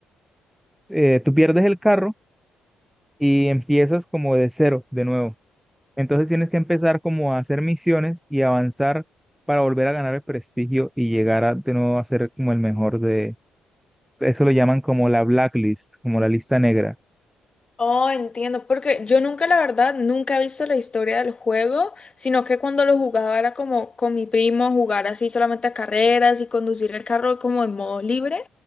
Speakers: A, in the centre; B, on the left (about 30°).
A: eh, tú pierdes el carro y empiezas como de cero de nuevo. Entonces tienes que empezar como a hacer misiones y avanzar para volver a ganar el prestigio y llegar a de nuevo a ser como el mejor de... Eso lo llaman como la blacklist, como la lista negra.
B: Oh, entiendo, porque yo nunca, la verdad, nunca he visto la historia del juego, sino que cuando lo jugaba era como con mi primo jugar así solamente a carreras y conducir el carro como en modo libre,